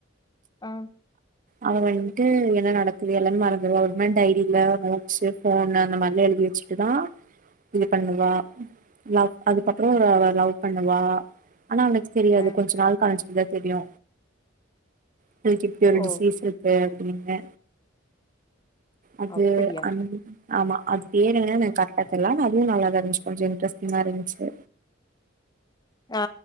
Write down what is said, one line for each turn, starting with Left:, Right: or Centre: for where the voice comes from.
Left: ஆ
Right: அவ வன்ட்டு என்ன நடக்குது எல்லாம் மறந்துர்வா ஒரு மார் டைரில நோட்ஸு ஃபோன் அந்த மா ரில எழுதி வச்சுட்டுதா இது பண்ணுவா லவ் அதுக்கப்றொ இவ அவ லவ் பண்ணுவா ஆனா அவனக்கு தெரியாது
Left: ஆ
Right: கொஞ்ச நாள் கழிச்சி தா தெரியு அவளுக்கு இப்டி ஒரு
Left: ஓ
Right: டிசீஸ் இருக்கு அப்டின் னு அது
Left: அப்படியா
Right: அந் ஆமா அ பேரெனானு எனக் கர்ட்டா தெரில ஆனா அதுவு நல்லா தா இருன்ச்சு கொஞ்ச இன்ட்ரெஸ்ட்டிங்கா இருன்ச்சு
Left: ஆ